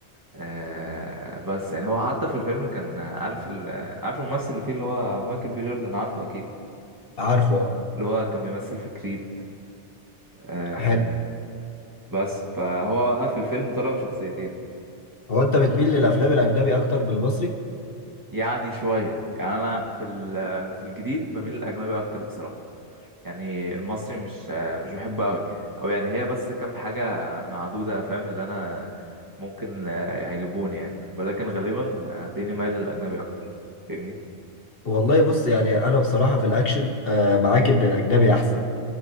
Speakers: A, on the right; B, on the left.
A: آه بس يعني هو حتى في الفيلم كان عارف ال... عارف الممثل اللي فيه اللي هو مايكل بي جوردن عارفه أكيد
B: عارفه اه
A: اللي هو كان بيمثل في كريد آه
B: حلو
A: بس فهو بقى في الفيلم طلع بشخصيتين
B: هو انت بتميل للافلام الاجنبي اكتر من المصري
A: يعني شوية يعني أنا في ال... في الجديد بميل للأجنبي أكتر بصراحة يعني المصري مش مش بحبه قوي او يعني هي بس كام حاجه معدوده فاهم اللي انا ممكن آه، يعجبوني يعني ولكن غالبا هتلاقيني مايل للاجنبي اكتر فاهمني
B: والله بص يعني انا بصراحه في الاكشن آه معاك ان الاجنبي احسن